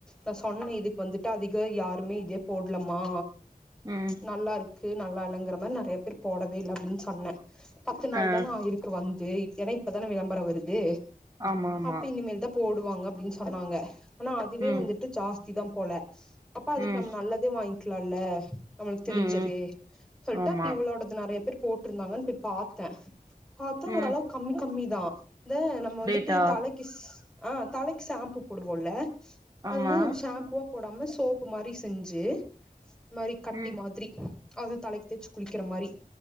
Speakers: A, in the centre; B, on the right.
A: நா சொன்னே இதுக்கு வந்துட்டு அதிக யாருமே இதே போட்லமா
B: ம்
A: நல்லாருக்கு நல்லா இல்லங்கற மாரி நெறைய பேர் போடவே இல்ல அப்டின்னு சொன்ன பத்து நாள்
B: ஆ
A: தான ஆயிருக் கு வந்து ஏன்னா இப்ப தான விளம்பரம் வருது
B: ஆமா ஆமா
A: அப்ப இனிமேல் தா போடுவாங்க அப்டின்னு சொன்னாங்க ஆனா அதுவே
B: ம்
A: வந்துட்டு ஜாஸ்தி தா போல அப்ப அதுக்கு
B: ம்
A: நம்ம நல்ல தே வாங்கிக்கலால்ல நம்மளுக்கு தெரிஞ்சதே
B: ம் ம்
A: சொல்ட்டு
B: ஆமா
A: அப்ப இவளோட இது நெறைய பேர் போட்ருந்தாங்கன்னு போய் பாத்த பாத்தா ஓரளவுக்
B: ம்
A: கம்மி கம்மி தா இந்த நம்ம வந்துட்டு
B: டேட்டா
A: தலைக் கிஷ் ஆ தலைக்கு ஷாம்பு போடுவோம்ல அது
B: ஆமா
A: வந்து நம் ஷாம்புவா போடாம சோப்பு மாரி செஞ்சு மாரி கட்டி
B: ம்
A: மாதிரி அது தலைக்கு தேய்ச்சு குளிக்கிற மாரி